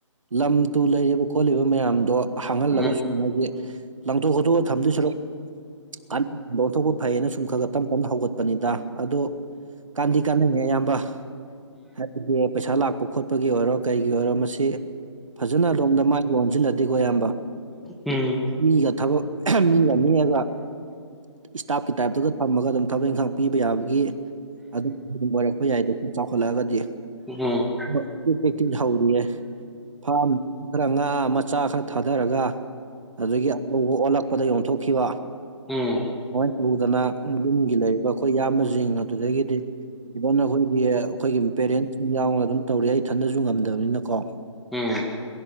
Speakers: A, on the right; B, in the centre.
A: ꯂꯝ ꯇꯨ ꯂꯩꯔꯤꯕ ꯈꯣꯠꯂꯤꯕ ꯃꯌꯥꯝꯗꯣ ꯍꯥꯡꯍꯜꯂꯒꯁꯨ
B: ꯃꯥꯅꯤ ꯃꯥꯅꯤ
A: ꯃꯥꯒꯤ ꯂꯪꯊꯣꯛ ꯈꯣꯠꯇꯣꯛꯑ ꯊꯝꯗꯣꯏ ꯁꯔꯨꯛ ꯀ ꯑꯣꯣꯟꯊꯣꯛꯄ ꯐꯩꯌꯦꯅ ꯁꯨꯝ ꯈꯔ ꯈ ꯇꯞ ꯇꯞꯅ ꯍꯧꯒꯠꯄꯅꯤꯗ ꯑꯗꯣ ꯀꯥꯟꯗꯤ ꯀꯥꯟꯅꯉꯦ ꯑꯌꯥꯝꯕ ꯍꯥꯏꯕꯗꯤ ꯄꯩꯁꯥ ꯂꯥꯛꯄ ꯈꯣꯠꯄꯒꯤ ꯑꯣꯏꯔꯣ ꯀꯩꯒꯤ ꯑꯣꯏꯔꯣ ꯃꯁꯤ ꯐꯖꯅ ꯑꯗꯣꯝꯗ ꯃꯥꯏꯒ ꯑꯣꯟꯁꯤꯜꯂꯗꯤꯀꯣ ꯏꯌꯥꯝꯕ
B: ꯎꯝ
A: ꯃꯤꯒ ꯊꯕꯛ ꯃꯤꯒ ꯅꯦꯛꯑꯒ ꯏꯁꯇꯥꯞꯀꯤ ꯇꯥꯏꯞꯇꯒ ꯊꯝꯃꯒ ꯑꯗꯨꯝ ꯊꯕꯛ ꯏꯪꯈꯥꯡ ꯄꯤꯕ ꯌꯥꯕꯒꯤ ꯑꯗꯨꯝ ꯑꯣꯏꯔꯛꯄ ꯌꯥꯏꯗꯣ ꯁꯨꯝ ꯆꯥꯎꯈꯠꯂꯛꯑꯒꯗꯤ
B: ꯎꯝ
A: <unintelligible> ꯍꯦꯛꯇꯤ ꯍꯧꯔꯤꯑ ꯐꯥꯝ ꯈꯔ ꯉꯥ ꯃꯆꯥ ꯈꯔ ꯊꯥꯗꯔꯒ ꯑꯗꯨꯗꯒꯤ ꯑꯆꯧꯕ ꯑꯣꯜꯂꯛꯄꯗ ꯌꯣꯟꯊꯣꯛꯈꯤꯕ
B: ꯎꯝ
A: ꯁꯨꯃꯥꯏꯅ ꯇꯧꯗꯅ ꯌꯨꯝꯒꯤ ꯂꯩꯔꯤꯕ ꯑꯩꯈꯣꯏ ꯏꯌꯥꯝꯕꯁꯤꯡ ꯑꯗꯨꯗꯒꯤꯗꯤ ꯏꯚꯟ ꯑꯩꯈꯣꯏꯒꯤ ꯑꯩꯈꯣꯏꯒꯤ ꯄꯦꯔꯦꯟꯁꯁꯤꯡ ꯌꯥꯎꯅ ꯑꯗꯨꯝ ꯇꯧꯔ ꯑꯩ ꯊꯟꯗꯁꯨ ꯉꯝꯗꯕꯅꯤꯅ ꯀꯣ
B: ꯎꯝ